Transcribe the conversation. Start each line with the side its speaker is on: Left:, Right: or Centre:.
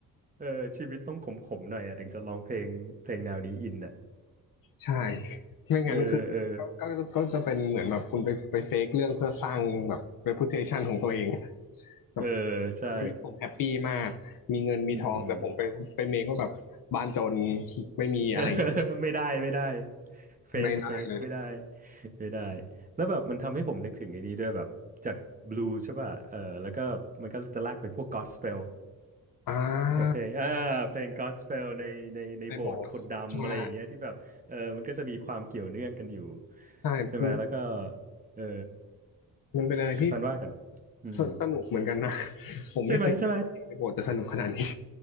Right: เออเออชีวิตต้องขมขมหน่อยอะถึงจะร้องเพลงเพลงแนวนี้อินอะ
Left: ใช่ไม่งั้นคือก็ก็ก็จะเป็นเหมือนแบบคุณไปไปเฟกเรื่องเพื่อสร้างแบบ
Right: เออเออ
Left: reputation ของตัวเองแบบ
Right: เออใช่
Left: ชีวิตผมแฮปปี้มากมีเงินมีทองแต่ผมไปไปเมคว่าแบบบ้านจน
Right: อืม
Left: ไม่มีอะไรอย่างเงี้ย
Right: <laughs> ไม่ได้ไม่ได้เฟกเฟกไม่ได้
Left: ไม่ได้เลย
Right: ไม่ได้แล้วแบบมันทำให้ผมนึกถึงไอ้นี้ด้วยแบบจากบลูใช่ป่ะเออแล้วก็มันก็จะลากไปพวก Godspell
Left: อ่
Right: ใช่ปะเพลงอ่าเพลง
Left: า
Right: Godspell ในในในโบสถ์คนดำอะไรอย่างเงี้ยที่แบบเออมันก็จะมีความเกี่ยวเนื่องกันอยู่
Left: ในโบสถ์ใช่ใช่มัน
Right: ใช่ไหมแล้วก็เออ
Left: มันเป็นอะไรที่
Right: คุณซันว่ากันอืม
Left: สสนุกเหมือนกันนะ <laughs> ผมไม่เคยคิดว่าเพลงในโบสถ์จะสนุกขนาดนี้
Right: ใช่ไหมใช่ไหม